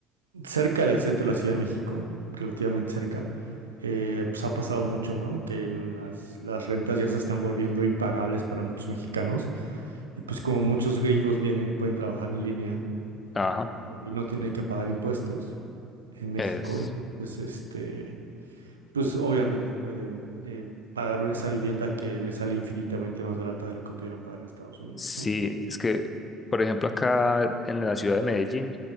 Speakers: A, on the right; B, on the left.
A: cerca del centro de la Ciudad de México, relativamente cerca, eh, pues ha pasado mucho, ¿no? Que las, las rentas ya se están volviendo impagables para muchos mexicanos y pues como muchos gringos vienen y pueden trabajar en línea
B: Ajá.
A: eh, y no tienen que pagar impuestos en México,
B: Es,
A: entonces, este, pues obviamente pueden eh, pagar esa vivienda que les sale infinitamente más barata de lo que pudieran pagar en Estados Unidos,
B: sí,
A: ¿no?
B: es que, por ejemplo, acá en la ciudad de Medellín,